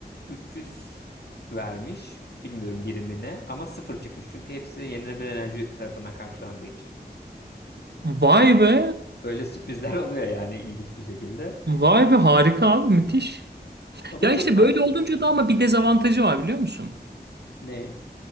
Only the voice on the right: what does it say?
Vay be.
Vay be harika abi müthiş.
Ya
işte
böyle olunca da ama bir dezavantajı var biliyor musun?